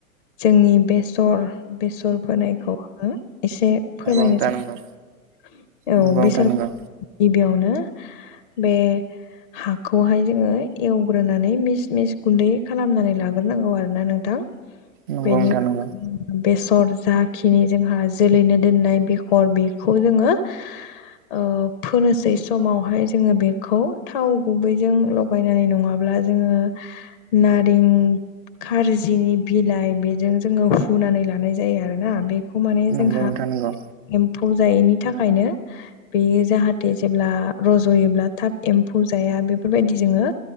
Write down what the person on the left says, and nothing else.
जोंनि बेसर बेसर फोनायखौ आङो एसे फोरमायनो
सानो।
औ
बेसर
गिबियावनो बे‌ हाखौहाय जोङो एवग्रोनानै मिस मिस गुन्दै खालामनानै लाग्रोनांगौ आरोना नोंथां।
बेनि
उनाव
बेसर जाखिनि जोंहा जोलैनो दोननाय बेसर बेखौ जोङो ओ फोनोसै समावहाय जोङो बेखौ थाव गुबैजों लगायनानै नङाब्ला जोङो नारें खार्जिनि बिलाइ बेजों जोङो हुनानै लानाय जायो आरो ना। बे बेखौ माने
जोंहा
एम्फौ जायैनि थाखायनो बेयो जाहाथे जेब्ला रज'योब्ला थाब एम्फौ जाया। बेफोरबायदि जोङो